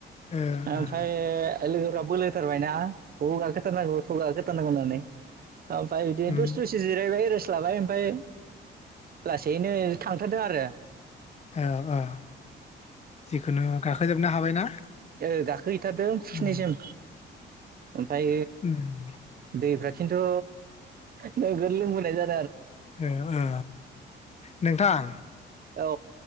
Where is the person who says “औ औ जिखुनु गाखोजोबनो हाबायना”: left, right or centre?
Left